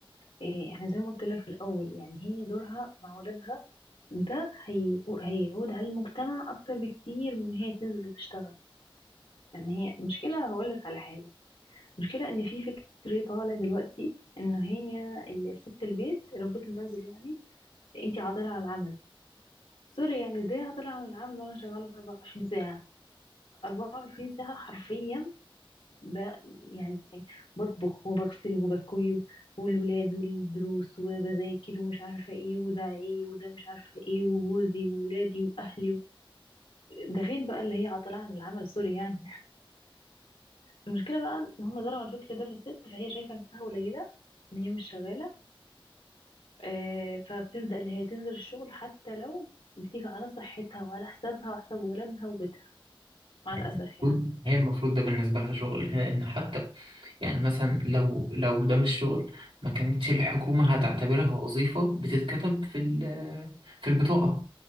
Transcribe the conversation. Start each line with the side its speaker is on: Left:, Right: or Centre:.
Left: آه، احنا زي ما قلت لك في الاول يعني هي دورها مع اولادها ده هي... هيعود على المجتمع اكتر بكتير من إن هي تنزل وتشتغل يعني هي مشكله هقول لك على حاجه المشكلة ان في فكر طالع دلوقتي ان هي ال- ست البيت ربة المنزل يعني انتي عاطلة عن العمل سوري يعني ازاي عاطلة عن العمل وانا شغالة 24 ساعة 24 ساعة حرفيا ب... يعني بطبخ وبغسل وبكوي والولاد والدروس وبذاكر ومش عارفة ايه وده ايه وده مش عارفة ايه وجوزي وولادي واهلي و... ده فين بقى اللي هي عاطلة عن العمل سوري يعني المشكلة بقى ان هم زرعوا الفكر ده في الست فهي شايفة نفسها قليلة ان هي مش شغالة آه، فبتبدأ اللي هي تنزل الشغل حتى لو بتيجي على صحتها وعلى حسابها وحساب ولادها وبيتها مع الأسف
Right: المفروض-
Left: يعني
Right: هي المفروض ده بالنسبة لها شغل لأن حتى يعني مثلا لو لو ده مش شغل ما كانتش الحكومة هتعتبرها وظيفة بتتكتب في ال- في البطاقة